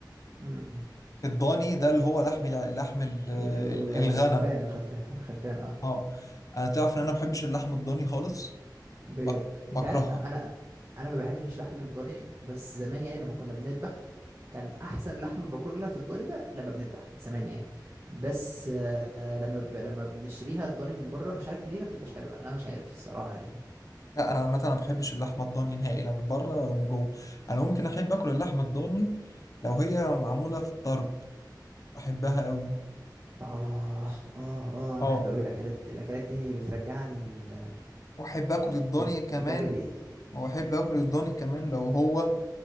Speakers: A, on the right; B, on the left.
A: م- م.
B: الضاني ده اللي هو لحم الع- لحم ال- ال-
A: ال- ال- الخرفان
B: الغنم
A: الخرفان الخرفان اه
B: اه انا تعرف ان انا ما بحبش اللحم الضاني خالص
A: بجد
B: بك... بكرهها
A: انت عارف انا انا ما بحبش لحم الضاني بس زمان يعني لما كنا بنذبح كان احسن لحمه باكلها في الضاني ده لما بنذبح زمان يعني بس آه لما ب... لما بنشتريها الضاني من بره مش عارف ليه ما بتبقاش حلوه انا مش عارف الصراحه يعني
B: لا انا عامه انا ما بحبش اللحمه الضاني نهائي لا من بره ولا من جوه انا ممكن احب اكل اللحمه الضاني لو هي معموله في الطرب احبها قوي
A: اه اه اه
B: اه
A: انا بحب قوي الاكلات الاكلات دي بترجعني ال...
B: واحب اكل الضاني
A: بتجري
B: كمان
A: ريقي
B: واحب اكل الضاني كمان لو هو